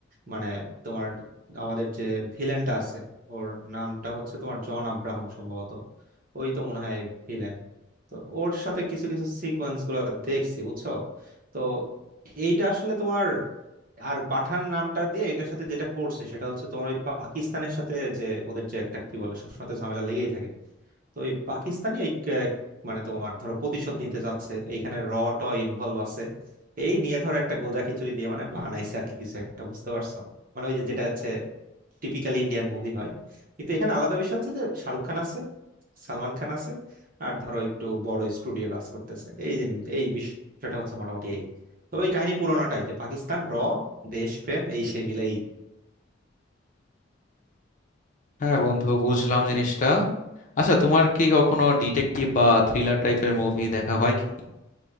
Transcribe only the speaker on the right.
মানে তোমার আমাদের যে ভিলেনটা আছে ওর নামটা হচ্ছে তোমার জন আব্রাহাম সম্ভবত ওই তো মনে হয় ভিলেন তো ওর সাথে কিছু কিছু সিকোয়েন্স গুলো দেখছি বুঝছো তো এইটা আসলে তোমার আর পাঠান নামটা দিয়ে এটার সাথে যেটা করছে সেটা হচ্ছে তোমার ওই পাকিস্তানের সাথে যে ওদের যে একটা কি বলে সবসময় তো ঝামেলা লেগেই থাকে তো ওই পাকিস্তানি ওই ক- মানে তোমার ধরো প্রতিশোধ নিতে যাচ্ছে এইখানে র ট ইনভলভ আছে এই নিয়ে ধরো একটা গোজা খিচুড়ি দিয়ে মানে বানাইছে আর কি কিছু একটা বুঝতে পারছো মানে ওই যে যেটা হচ্ছে টিপিক্যাল ইন্ডিয়ান মুভি হয় কিন্তু এখানে আলাদা বিষয় হচ্ছে যে শাহরুখ খান আছে সালমান খান আছে আর ধরো একটু বড় স্টুডিও কাজ করতেছে এই জিন- এই বিষয়টা হচ্ছে মোটামুটি এই তবে এই কাহিনী পুরোনাটাই যে পাকিস্তান র দেশপ্রেম এই সেই মিলেই